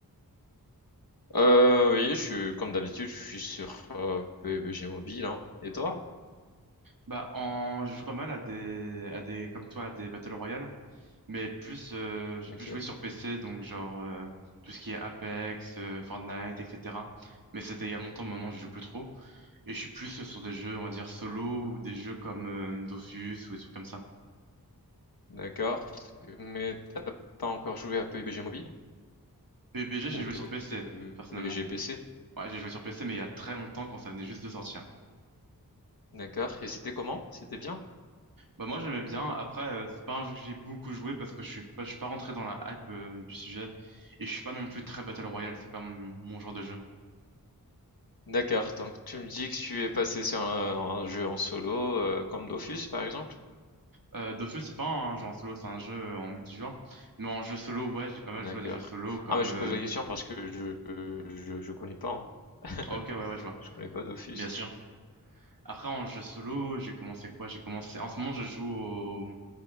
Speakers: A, on the left; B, on the right.
A: Euh, oui, je suis comme d'habitude, je suis sur euh, PUBG Mobile, hein. Et toi?
B: Bah, en... je joue pas mal à des... à des, comme toi, à des Battle Royale, mais plus, euh, j'ai
A: Ok.
B: plus joué sur PC, donc genre euh, tout ce qui est Apex, euh, Fortnite, etc. Mais c'était il y a longtemps, maintenant
A: Ah,
B: je joue plus trop, et je suis plus euh, sur des jeux, on va dire solo ou des jeux comme euh, Dofus ou des trucs comme ça.
A: D'accord. Mais t'as pas encore joué à PUBG Mobile?
B: PUBG,
A: Ou
B: j'ai joué
A: PUBG
B: sur PC, personnellement.
A: PC?
B: Ouais, j'ai joué sur PC, mais il y a très longtemps quand ça venait juste de sortir.
A: D'accord. Et c'était comment? C'était bien?
B: Bah moi j'aimais bien. Après euh, c'est pas un jeu que j'ai beaucoup joué parce que je suis pas je suis pas rentré dans la hype euh, du sujet et je suis pas non plus très Battle Royale, c'est pas mon, mon genre de jeu.
A: D'accord. Donc tu me dis que tu es passé sur un, un jeu en solo, euh, comme Dofus par exemple?
B: Euh, Dofus c'est pas un jeu en solo, c'est un jeu euh, en multijoueur. Mais en jeu solo ouais j'ai pas mal
A: D'accord.
B: joué à des jeux solo comme
A: Ah mais je
B: euh,
A: te pose la question parce que je je, je connais pas. hein. <laughs>
B: ah, ok ouais ouais je vois.
A: Je connais pas d'office.
B: Bien sûr. Après en jeu solo j'ai commencé quoi? J'ai commencé en ce moment je joue au